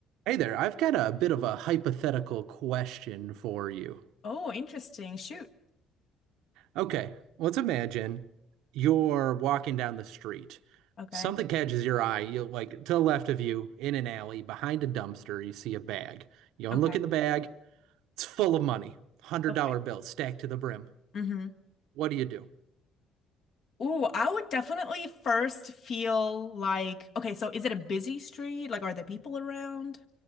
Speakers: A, on the right (about 85°); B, on the left (about 55°).
A: Hey there, I've got a bit of a hypothetical question for you.
B: Oh, interesting. Shoot.
A: Okay, let's imagine you're walking down the street.
B: Okay.
A: Something catches your eye. You like to the left of you in an alley behind a dumpster, you see a bag. You go
B: Okay.
A: and look at the bag. It's full of money. $100
B: Okay.
A: bills stacked to the brim.
B: Mm-hmm.
A: What do you do?
B: Ooh, I would definitely first feel like, okay, so is it a busy street? Like, are there people around?